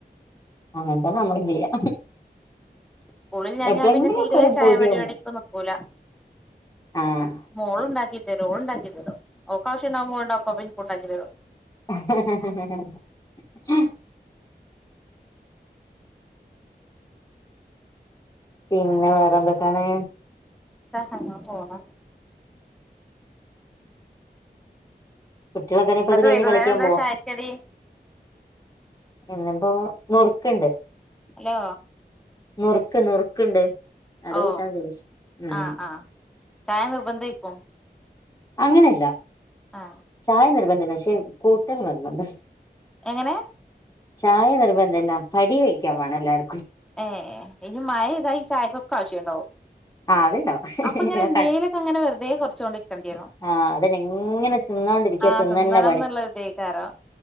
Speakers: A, on the left; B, in the centre.
A: <unintelligible>
B: സ്കൂളിൽ ഞാൻ
A: എപ്പളെങ്കിലും
B: ഞാൻ പിന്നെ തീരെ
A: ഒക്കെ ഒരു
B: ചായപടി
A: പൂതിയാവുമ്പോ
B: പണിക്ക് നിക്കൂല
A: ആഹ്
B: മോളുണ്ടാക്കി ഓള് ഒണ്ടാക്കിത്തരും ഓക്കാവശ്യണ്ടാവ്മ്പ ഓള് ണ്ടാക്കു അപ്പൊ നിക്കുണ്ടാക്കിത്തരു
A: <unintelligible> പിന്നെ വേറെ എന്തൊക്കാണ്
B: അങ്ങാപോണ്
A: കുട്ടികളൊക്കെന്നെ
B: എന്നട്ട്
A: ഇപ്പ ഇത് കഴിഞ്ഞ്
B: വൈകുന്നേരം
A: കളിക്കാൻ
B: എന്താ
A: പോവോ
B: ചായ കടി?
A: ഇന്നിപ്പൊ നുറുക്ക്ണ്ട്
B: ഹലോ
A: നുറുക്ക് നുറുക്ക്ണ്ട് അത്
B: ഓ
A: കൂട്ടാൻ വിചാരിച്ചു ഉം
B: ആ ആ ചായ നിർബദ്ധരിക്കോ
A: അങ്ങനല്ല
B: ആ
A: ചായ നിർബന്ധില്ല പക്ഷെ കൂട്ടൽ നിർബന്ധം
B: എങ്ങനെ
A: ചായ നിർബന്ധല്ല കടി വെയ്ക്കാൻ വേണം എല്ലാർ
B: ഏഹ് ഇനി മഴ ഇതായി ചായക്കൊക്കെ ആവശ്യണ്ടാവും
A: ആ അത്ണ്ടാവും
B: അപ്പൊ ഇങ്ങനെ എന്തേലൊക്കെ
A: ക
B: അങ്ങനെ വെറുതെ കൊറച്ചോണ്ട്ക്കണ്ടി വരും
A: ആ അതന്നെ ങ്ങനെ തിന്നോണ്ടിരിക്ക്യ
B: ആഹ്
A: തിന്നന്നെ
B: തിന്നണംന്നുള്ള
A: പണി
B: ഇതേക്കാരം